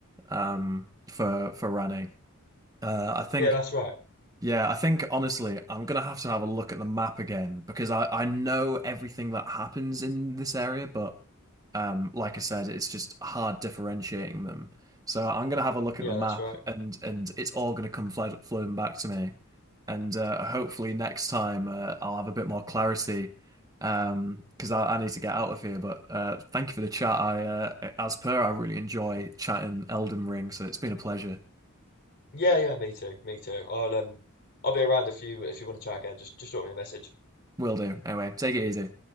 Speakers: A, on the right; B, on the left.
A: um for for Rani. Uh I think
B: Yeah, that's right.
A: yeah, I think honestly, I'm gonna have to have a look at the map again because I I know everything that happens in this area, but um, like I said, it's just hard differentiating them. So I'm gonna have a look
B: Yeah,
A: at the map,
B: that's right.
A: and and it's all gonna come flood, flooding back to me, and uh, hopefully next time uh, I'll have a bit more clarity, um, because I, I need to get out of here. But uh, thank you for the chat. I uh, as per, I really enjoy chatting Elden Ring, so it's been a pleasure.
B: Yeah, yeah, me too, me too. I'll um, I'll be around if you if you want to chat again. Just just drop me a message.
A: Will do. Anyway, take it easy.